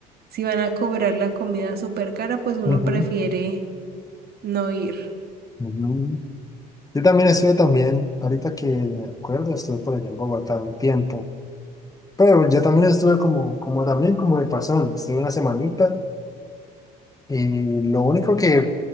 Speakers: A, on the right; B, on the left.
A: si van a cobrar la comida súper cara, pues uno
B: Ujú,
A: prefiere no ir.
B: ujú. Yo también estuve también, ahorita que me acuerdo, estuve por allá en Bogotá un tiempo. Pero yo también estuve como, como también como de pasón, estuve una semanita Y lo único que,